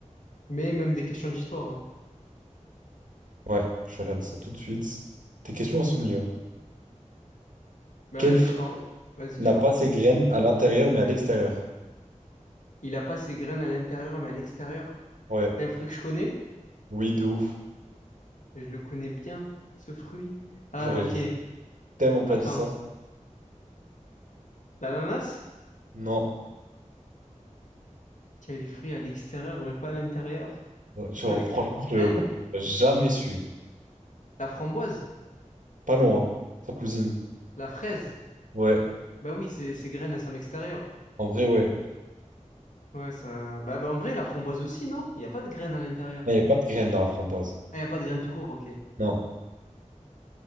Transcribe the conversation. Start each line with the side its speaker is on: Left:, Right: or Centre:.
Left: Mais même des questions d'histoire. hein.
Right: Ouais, je regarde ça tout de suite. Tes questions, elles sont mieux.
Left: Bah,
Right: Quel
Left: vas-y,
Right: fruit
Left: je t'en. Vas-y, dis-moi.
Right: n'a pas ses graines à l'intérieur mais à l'extérieur?
Left: Il a pas ses graines à l'intérieur, mais à l'extérieur.
Right: Ouais,
Left: C'est un fruit que je connais.
Right: oui, de ouf.
Left: Je le connais bien, ce fruit. Ah,
Right: J'aurais
Left: ok.
Right: tellement
Left: Attends.
Right: pas dit ça.
Left: L'ananas?
Right: Non.
Left: Qui a les fruits à l'extérieur, mais pas à l'intérieur.
Right: Ouais, genre,
Left: Euh, qui
Right: franchement,
Left: a les
Right: je
Left: graines?
Right: jamais su.
Left: La framboise?
Right: Pas loin, hein, sa cousine.
Left: La fraise?
Right: Ouais,
Left: Bah oui, c'est ses graines, elles sont à l'extérieur.
Right: en vrai, ouais.
Left: Ouais, ça. Bah, bah, en vrai, la framboise aussi, non? Il n'y a pas de graines à l'intérieur.
Right: Il n'y a pas de graines dans la framboise.
Left: Ah, il n'y a pas de graines tout court, ok.
Right: Non.